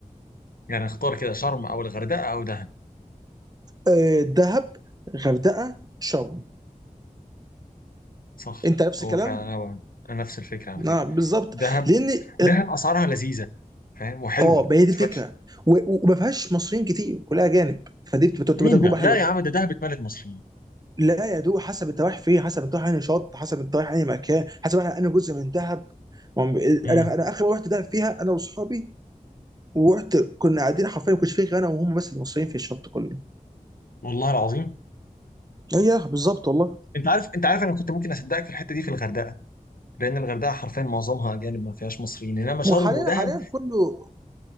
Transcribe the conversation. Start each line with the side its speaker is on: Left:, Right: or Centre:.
Left: يعني اختار كده شرم او الغردقه او دهب
Right: آه، دهب غردقه شرم
Left: صح
Right: انت نفس
Left: هو
Right: الكلام
Left: فعلا هو انا نفس الفكره على
Right: نعم
Left: فكره
Right: بالظبط
Left: دهب
Right: لان
Left: دهب
Right: اه
Left: اسعارها لذيذه فاهم وحلوه
Right: آه، ما هي دي
Left: مش
Right: الفكره
Left: وحشه
Right: و- و- وما فيهاش مصريين كتير كلها اجانب فدي بتبقى بتبقى
Left: مين
Right: تجربه
Left: ده
Right: حلوه
Left: لا يا عم ده دهب اتملت مصريين
Right: لا يا دوب حسب انت رايح فين حسب انت رايح انهي شط حسب انت رايح انهي مكان حسب انا انا جزء من دهب ما هم-
Left: امم
Right: انا انا اخر مره رحت دهب فيها انا واصحابي ورحت كنا قاعدين حرفيا ما كنتش فيه غير انا وهم بس اللي مصريين في الشط كله
Left: والله العظيم
Right: ايوه بالظبط والله
Left: انت عارف انت عارف انا كنت ممكن اصدقك في الحته دي في الغردقه لان الغردقه حرفيا معظمها اجانب ما فيهاش مصريين انما شرم
Right: وحاليا
Left: ودهب
Right: حاليا حاليا كله